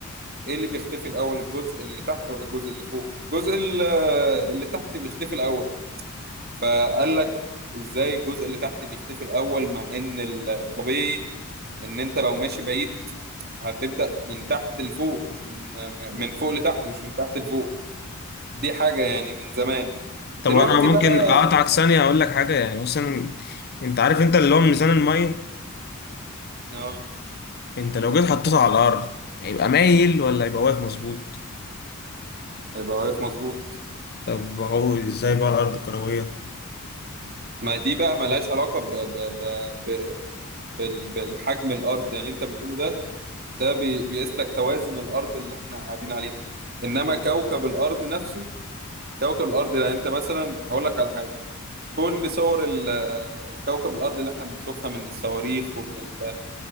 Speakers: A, on the right; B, on the left.
A: إيه اللي بيختفي الأول الجزء اللي تحت ولا الجزء اللي فوق؟ الجزء ال- اللي تحت بيختفي الأول فقال لك ازاي الجزء اللي تحت بيختفي الاول مع ان الطبيعي ان انت لو ماشي بعيد هتبدأ من تحت لفوق مش من من فوق لتحت مش من تحت لفوق دي حاجة يعني من زمان دلوقتي
B: طب أنا ممكن
A: بقى
B: أقطعك ثانية أقول لك حاجة يعني مثلا أنت عارف أنت اللي هو ميزان المية
A: اه
B: أنت لو جيت حطيته على الأرض هيبقى مايل ولا هيبقى واقف مظبوط؟
A: يبقى واقف مظبوط
B: طب هو إزاي بقى الأرض كروية؟
A: ما دي بقى ملهاش علاقة ب... ب... ب... ب... بال... بالحجم الأرض يعني اللي انت بتقوله ده ده بي... بيقيس لك توازن الأرض اللي احنا قاعدين عليها انما كوكب الأرض نفسه كوكب الأرض لا انت مثلا هقول لك على حاجة كل صور ال- كوكب الأرض اللي احنا بنشوفها من الصواريخ ومن ال-